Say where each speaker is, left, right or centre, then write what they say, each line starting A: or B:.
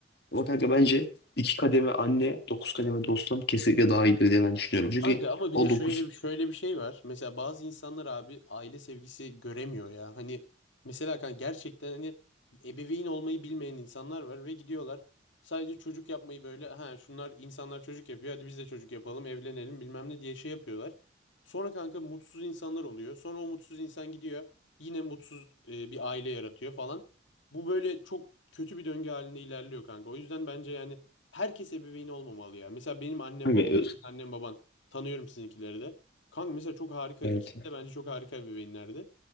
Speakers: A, on the left; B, on the left.
A: Ama kanka bence iki kademe anne, dokuz kademe dostum kesinlikle daha iyidir diye ben düşünüyorum. Çünkü
B: Kanka ama bir
A: o
B: de şöyle
A: dokuz...
B: bir şöyle bir şey var. Mesela bazı insanlar abi aile sevgisi göremiyor ya. Hani mesela kanka gerçekten hani ebeveyn olmayı bilmeyen insanlar var ve gidiyorlar sadece çocuk yapmayı böyle ha şunlar insanlar çocuk yapıyor hadi biz de çocuk yapalım evlenelim bilmem ne diye şey yapıyorlar. Sonra kanka mutsuz insanlar oluyor. Sonra o mutsuz insan gidiyor yine mutsuz e, bir aile yaratıyor falan. Bu böyle çok kötü bir döngü halinde ilerliyor kanka. O yüzden bence yani herkes ebeveyn olmamalı ya. Mesela benim annem
A: Kanka,
B: babam,
A: ö-
B: senin annen baban Tanıyorum sizinkileri de. Kanka mesela çok harika.
A: evet.
B: ikisi de bence çok harika ebeveynlerdi.